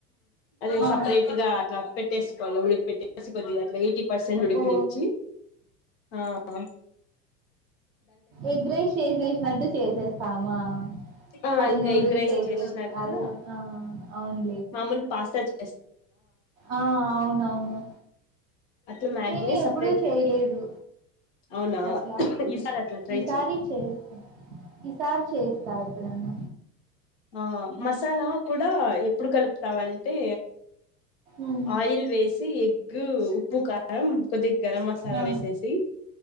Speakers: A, on the left; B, on the right.
A: అది
B: ఆ
A: సపరేట్ గా అట్లా పెట్టేసుకోవల్ల ఉడక పెట్టేసి కొద్దిగా అట్లా ఎయిటీ పర్సెంట్ ఉడకనిచ్చి
B: ఓ
A: ఆ ఆ
B: ఎగ్ రైస్ చేసేసినట్టు చేసేస్తామా
A: ఆ
B: ఆడ
A: ఇంకా
B: నూడుల్స్
A: ఎగ్ రైస్
B: ఏసేస్
A: చేసినట్లా
B: అదే ఆ అవును
A: మామూలు పాస్తా చే
B: ఆ అవునవును
A: అట్లా మ్యాగీనే
B: నేను ఎప్పుడూ
A: సపరేట్
B: చేయలే దు
A: అవునా
B: అట్లా
A: ఈసారి అట్లా ట్రై
B: ఈసారి
A: చెయి
B: చేస్తా ఈసారి చేస్తా ఎప్పుడన్న
A: ఆ మసాలా కూడా ఎప్పుడు కలుపుతావంటే
B: ఉమ్
A: ఆయిల్ వేస్ ఎగ్ ఉప్పు కారం కొద్ది గరం మసాలా
B: ఆ
A: వేసేసి